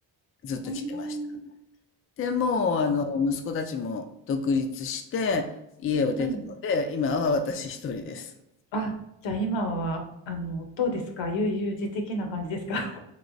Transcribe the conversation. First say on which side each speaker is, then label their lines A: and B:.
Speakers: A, on the left (about 30°); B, on the left (about 75°).
A: ずっと来てました。
B: うん
A: で、もうあの息子たちも独立して家を出たので、
B: あ、はい。
A: 今は私一人です。
B: あ、じゃあ今は、あの、どうですか悠々自適な感じですか